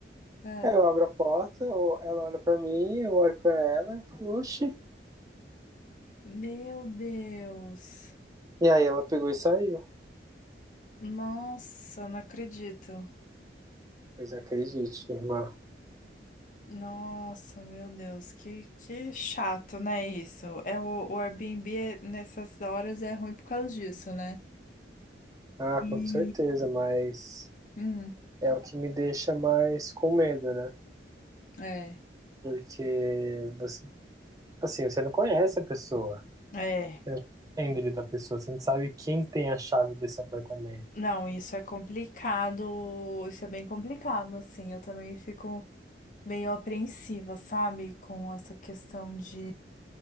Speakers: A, on the left (about 45°); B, on the right (about 20°).
A: ah.
B: Aí eu abro a porta, ou ela olha pra mim, eu olho pra ela e falo, oxi.
A: Meu Deus.
B: E aí ela pegou e saiu.
A: Nossa, não acredito.
B: Pois acredite, irmã.
A: Nossa, meu Deus, que, que chato, né, isso? É o, o Airbnb é- nessas horas é ruim por causa disso, né?
B: Ah,
A: E,
B: com certeza, mas
A: hum,
B: É o que me deixa mais com medo, né?
A: é,
B: Porque você, assim, você não conhece a pessoa,
A: é.
B: você não conhece a índole da pessoa, você não sabe quem tem a chave desse apartamento.
A: Não, isso é complicado, isso é bem complicado, assim. Eu também fico meio apreensiva, sabe? Com essa questão de,